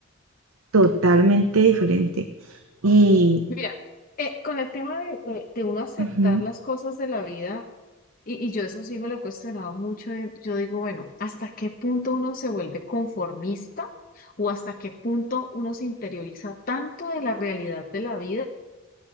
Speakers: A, on the right (about 80°); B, on the left (about 40°).
A: totalmente diferente. Y,
B: Mira, eh, con el tema de, de- de uno aceptar
A: ujú,
B: las cosas de la vida, y, y yo eso sí me lo he cuestionado mucho, eh, yo digo, bueno, ¿hasta qué punto uno se vuelve conformista? ¿O hasta qué punto uno se interioriza tanto de la realidad de la vida?